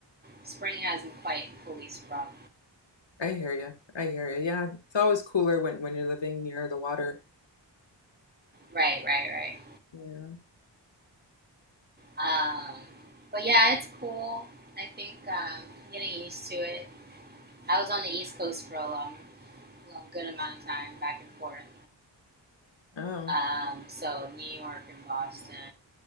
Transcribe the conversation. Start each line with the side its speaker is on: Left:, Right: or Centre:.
Right: Spring hasn't quite fully sprung.
Left: I hear you. I hear you. Yeah, it's always cooler when when you're living near the water.
Right: Right, right, right.
Left: Yeah.
Right: Um, but yeah, it's cool. I think um, getting used to it. I was on the East Coast for a long, long good amount of time, back and forth.
Left: Oh,
Right: Um, so New York and Boston.